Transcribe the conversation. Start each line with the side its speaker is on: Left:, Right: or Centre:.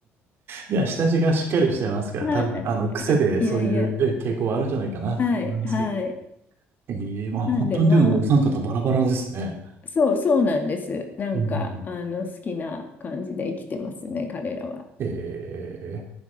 Right: いや、下地がしっかりしてますから、
Left: は
Right: 多分、あの、癖でそういうえ傾向はあるんじゃないかなって思いますけど。
Left: い。いやいや。はい。はい。
Right: ええまあ本当にでもお三方バラバラですね。
Left: なんでまあそうそうなんです。なんかあの好きな感じで生きてますね彼らは。
Right: うん。ええ